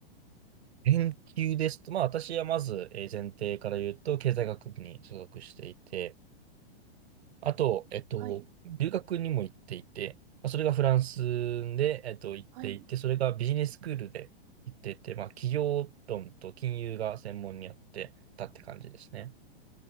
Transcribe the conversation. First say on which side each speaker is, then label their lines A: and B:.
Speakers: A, on the right (about 85°); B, on the right (about 45°).
A: 研究ですと、まあ、私はまず、えー前提から言うと、経済学部に所属していて、あと、えっと、
B: はい、
A: 留学にも行っていて、まあ、それがフランスで、えっと、行っていて、
B: はい、
A: それがビジネススクールで行っていて、まあ、企業論と金融が専門にあってたって感じですね。